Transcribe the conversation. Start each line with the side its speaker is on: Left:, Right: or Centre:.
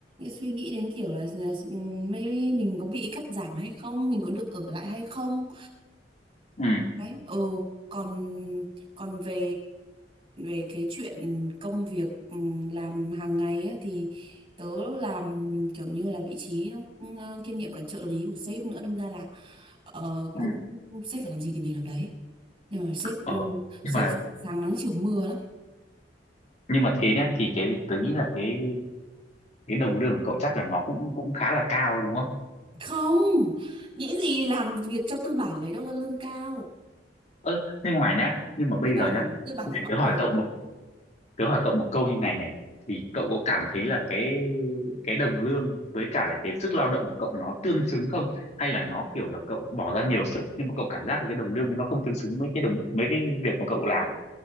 Right: suy nghĩ đến kiểu là, là ừ, maybe mình có bị cắt giảm hay không, mình có được ở lại hay không.
Left: ừ
Right: Đấy, ừ, còn còn về về cái chuyện công việc ừ, làm hàng ngày á, thì tớ làm kiểu như là vị trí nó ừ, kiêm nhiệm cả trợ lý của sếp nữa đâm ra là ờ,
Left: ừ
Right: cũng sếp phải làm gì thì mình làm đấy. Nhưng mà sếp ừ,
Left: ờ
Right: sếp
Left: nhưng mà
Right: sáng nắng chiều mưa lắm
Left: nhưng mà thế nhá thì cái tớ nghĩ là cái cái đồng lương của cậu chắc là nó cũng cũng khá là cao đúng không
Right: không nghĩ gì làm việc cho tư bản lấy đâu ra lương cao
Left: ơ nhưng mà nhá nhưng mà bây
Right: tư bản
Left: giờ nhá
Right: tư bản
Left: bây
Right: bóc
Left: giờ tớ
Right: lột
Left: hỏi cậu một tớ hỏi cậu một câu như này này thì cậu có cảm thấy là cái cái đồng lương với cả là cái sức lao động của cậu nó tương xứng không hay là nó kiểu là cậu bỏ ra nhiều sức nhưng mà cậu cảm giác là cái đồng lương nó không tương xứng với cái đồng với cái việc mà cậu làm